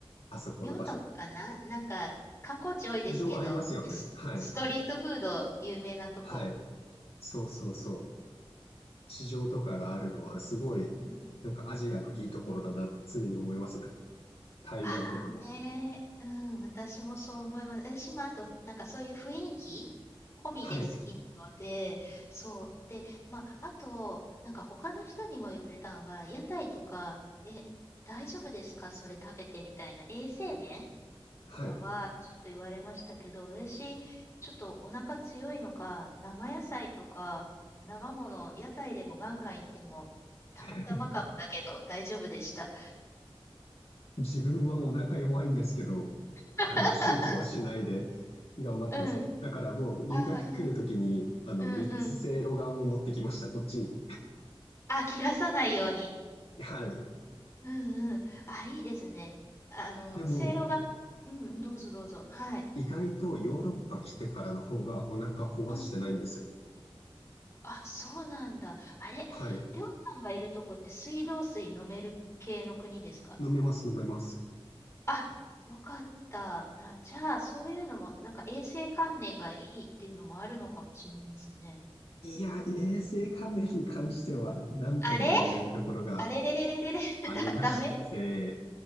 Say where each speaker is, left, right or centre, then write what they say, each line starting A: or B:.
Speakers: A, on the left; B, on the left.
A: あそこの場所。
B: 明洞かななんか、観光地多いですけど、
A: 市場ありますよね。
B: ス、
A: はい。
B: ストリートフード有名なとこ。
A: はい。そうそうそう。市場とかがあるのは、すごい、
B: うん。
A: なんかアジアのいいところだなって常に思いますね。台湾とかも。
B: ああね、うん、私もそう思います。私もあと、なんかそういう雰囲気込みで好きなので、
A: はい。
B: そう。で、まあ、あと、なんか他の人にも言われたのが、屋台とか、え、大丈夫ですかそれ食べてみたいな。衛生面とかはちょっと言われましたけど、
A: はい。
B: 私、ちょっとお腹強いのか、生野菜とか、生もの、屋台でもガンガン行っても、たまたまかもだけど大丈夫でした。
A: <laughs> 自分はお腹弱いんですけど、
B: <laughs>
A: あの、躊躇はしないで頑張ってますね。
B: うん。
A: だからもう留学来るときに、
B: あ
A: あの、
B: うんうんうん。
A: 三つせいろがんを持ってきました、こっちに。
B: あ、切らさないように。
A: はい。
B: うんうん。あ、いいですね。あの、
A: でも、
B: せいろが、うん、どうぞどうぞ。はい。
A: 意外とヨーロッパ来てからの方がお腹壊してないんですよ。
B: うん。あ、そうなんだ。あれ、
A: はい。
B: りょうさんがいるとこって水道水飲める系の国ですか
A: 飲めます、飲めます。
B: あ、よかった。な、じゃあ、そういうのも、なんか衛生観念がいいっていうのもあるのかもしれないですね。
A: いや、衛生関連に関しては何とも言えないところが
B: あれあれれれれれれ、<laughs>
A: ありまして、
B: だ、ダメ